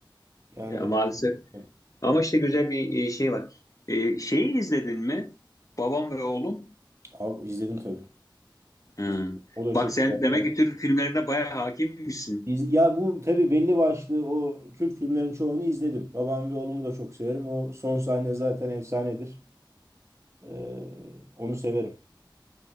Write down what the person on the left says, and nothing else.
Ya,
maalesef.
Ama işte güzel bir e, şey var. E, şeyi izledin mi? Babam ve oğlum.
Hı.
Bak
sen
demek
ki Türk filmlerine bayağı hakimmişsin.